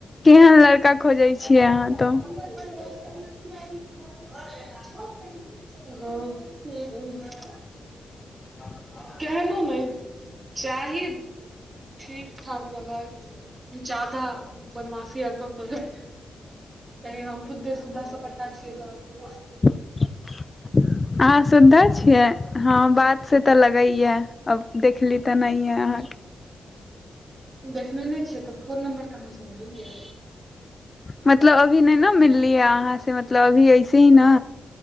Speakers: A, on the left; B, on the right.
A: केहन लड़का खोजै छियै अहाँ तब।
B: <inaudible> हँ।
A: <inaudible>
B: केहनो नहि, चाही ठीक ठाक रहै। जादा बदमाशी आर न करै। कियै कि हम खुद्दे सुधा सप्पटा छी त‌‌‍ऽ।
A: <inaudible> अहां सुद्धा छियै हँ बात से तऽ लगैय अब देखली। तेनाहिए अहाँ
B: देखने नहि छिय तऽ फोन नम्बर कहाँ से लेलियै
A: मतलब अभी नहि ने मिलली ह अहाँ से मतलब अभी ऐसे ही ना।